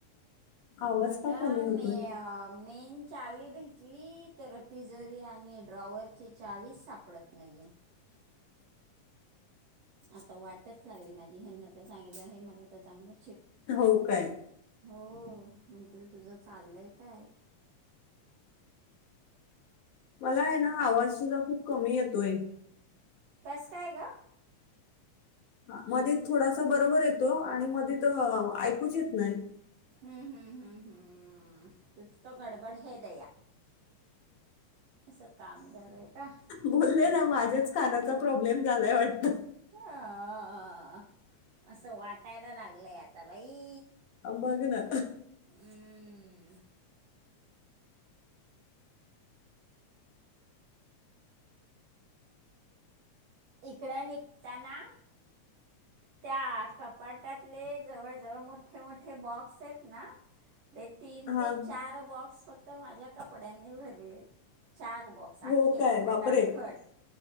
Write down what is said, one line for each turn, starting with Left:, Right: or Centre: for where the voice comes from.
Left: आवाज
Right: म्हणलं
Left: का कमी होतोय,
Right: मे मेन चावी भेटली तर तिजोरी, आणि ड्रॉवरची चावीच सापडत नाहीये, <unintelligible> आता वाटच लागली माझी, हाना तर सांगितलं हे मला तर चांगलं,
Left: हो काय,
Right: हो म्हणतील तुझं चाललंय काय,
Left: मला आहे ना आवाज सुद्धा खूप कमी येतोय,
Right: कस काय ग,
Left: ह मधात थोडासा बरोबर येतो, आणि मधात ऐकूच येत नाही.
Right: हम्म हम्म हम्म हम्म, कुछ तो गडबड ह हे दया, असं काम झालंय का
Left: बोलले ना माझ्याच कानाचा प्रॉब्लेम झालाय वाटत.
Right: अ असं वाटायला लागलंय आता बाई,
Left: बघ ना
Right: हम्म. इकड निघताना, त्या कपाटतले जवळ जवळ मोठे मोठे बॉक्स आहेत. ना, ते तीन
Left: हा
Right: ते चार बॉक्स फक्त माझ्या कपड्यांनी भरलेत, चार बॉक्स आखे
Left: हो काय
Right: खटा
Left: बापरे
Right: खट